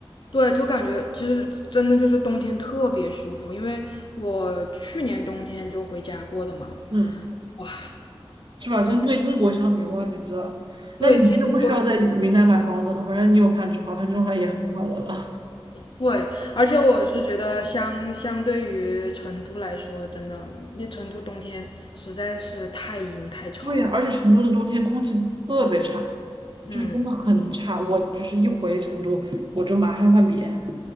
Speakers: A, on the left; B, on the right.
A: 对，就感觉其实真的就是冬天特别舒服，因为我去年冬天就回家过的嘛，
B: 嗯，
A: 哇，
B: 是吧？跟这个英国相比，
A: 真
B: 哇，简直了！
A: 对，
B: 那你就不需要在云南买房子了，
A: 天天都有
B: 反正你有攀枝花，攀枝花也很快乐了。
A: 对，而且我是觉得相相对于成都来说，真的，因为成都冬天实在是太阴太潮了，
B: 对呀，而且成都的冬天空气特别差，
A: 嗯。
B: 就是真的很差，我就是一回成都我就马上犯鼻炎。